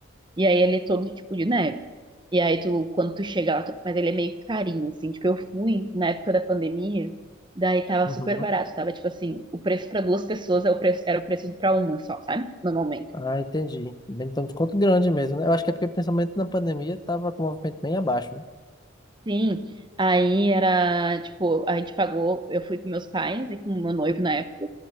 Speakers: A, on the right; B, on the left.
A: E aí ele é todo tipo de neve. E aí tu, quando tu chega lá, tu- mas ele é meio carinho, assim. Tipo, eu fui na época da pandemia, daí tava
B: Uhum.
A: super barato. Tava tipo assim, o preço pra duas pessoas é o preço, era o preço pra uma só, sabe? Normalmente.
B: Ah, entendi. Bem, Então, desconto grande mesmo, né? Eu acho que é porque, principalmente na pandemia, tava com o movimento bem abaixo, né?
A: Sim. Aí era, tipo, a gente pagou, eu fui com meus pais e com meu noivo na época.